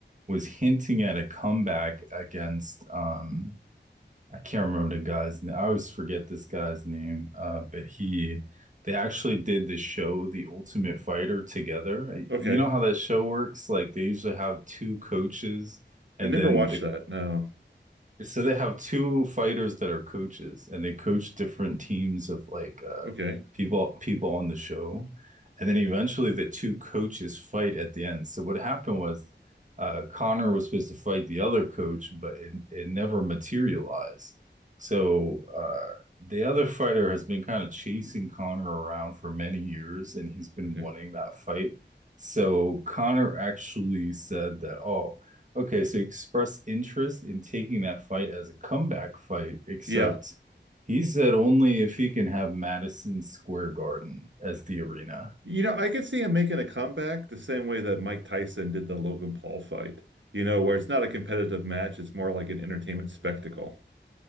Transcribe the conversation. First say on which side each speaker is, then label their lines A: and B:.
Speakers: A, on the right (about 40°); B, on the right (about 80°).
A: was hinting at a comeback against, um, I can't remember the guy's name. I always forget this guy's name. Uh, but he, they actually did the show, The Ultimate Fighter, together.
B: Okay.
A: You know how that show works? Like, they usually have two coaches and
B: I never
A: then
B: watched
A: the
B: that. No.
A: so they have two fighters that are coaches, and they coach different teams of like uh,
B: Okay.
A: people people on the show, and then eventually the two coaches fight at the end. So what happened was uh, Connor was supposed to fight the other coach, but it, it never materialized. So uh, the other fighter has been kind of chasing Connor around for many years, and he's been
B: Okay.
A: wanting that fight. So Connor actually said that, oh. Okay, so he expressed interest in taking that fight as a comeback fight, except
B: Yeah.
A: he said only if he can have Madison Square Garden as the arena.
B: You know, I could see him making a comeback the same way that Mike Tyson did the Logan Paul fight, you know, where it's not a competitive match, it's more like an entertainment spectacle.